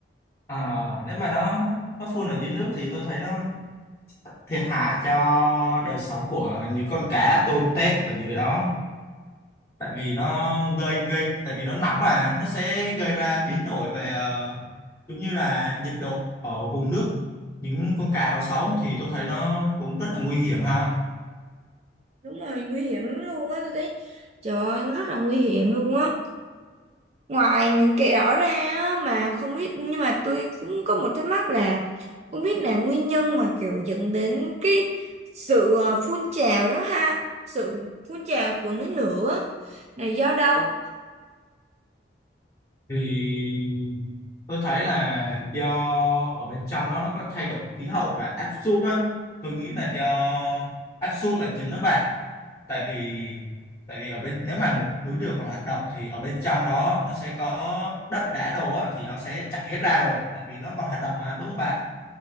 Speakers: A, on the left; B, on the right.
A: à, nếu mà nó nó nó phun ở dưới nước thì tôi thấy nó thiệt hại cho đời sống của những con cá tôm tép ở dưới đó tại vì nó gây gây tại vì nó nóng mà nó sẽ gây ra biến đổi về ờ, giống như là nhiệt độ ở vùng nước những con cá đó sống thì tôi thấy nó cũng rất là nguy hiểm ha
B: Đúng rồi, nguy hiểm lắm luôn á, tôi thấy trời ơi, nó rất là nguy hiểm luôn á. Ngoài những cái đó ra á, mà không biết, nhưng mà tôi cũng có một thắc mắc là không biết là nguyên nhân mà kiểu dẫn đến cái sự ờ, phun trào đó ha, sự phun trào của núi lửa là do đâu?
A: thì tôi thấy là do ở bên trong đó nó có thay đổi khí hậu và áp suất á tôi nghĩ là do áp suất là chính đó bạn tại vì tại vì ở bên nếu mà một núi lửa còn hoạt động thì ở bên trong đó nó sẽ có đất đá đồ á thì nó sẽ chảy hết ra rồi tại vì nó còn hoạt động mà đúng không bạn